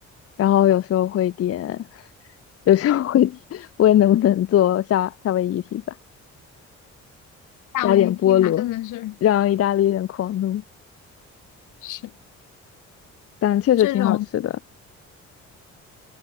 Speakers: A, on the left (about 50°); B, on the left (about 80°).
A: 然后有时候会点，<laughs> 有时候会点，<laughs> 问能不能做夏夏威夷披萨。
B: 夏威夷披萨，
A: 加点菠萝，
B: 真的是
A: 让意大利人狂怒。
B: 是
A: 但确实挺好吃的。
B: 这种